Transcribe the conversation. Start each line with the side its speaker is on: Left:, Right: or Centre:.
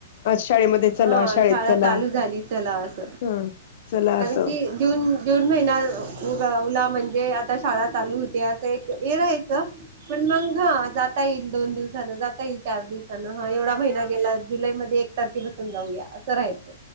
Left: शाळेमध्ये चला
Right: हा
Left: शाळेत
Right: शाळा
Left: चला
Right: चालू झाली चला अस
Left: हा चला
Right: कारण
Left: असं
Right: की जून जून महिनाला म्हणजे आता शाळा चालू होते असं एक हे राहायचं पण मग ह जाता येईल दोन दिवसान जाता येईल चार दिवसान ह एवढा महिना गेला जुलैमध्येध्ये एक तारखेपासून जाऊया असं राहायचं